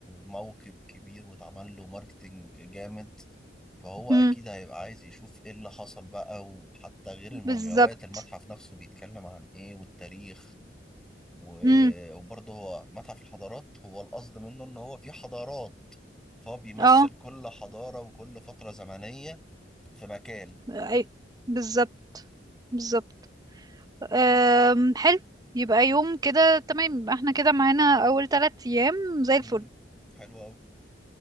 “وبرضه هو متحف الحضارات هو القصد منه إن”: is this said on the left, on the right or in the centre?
Centre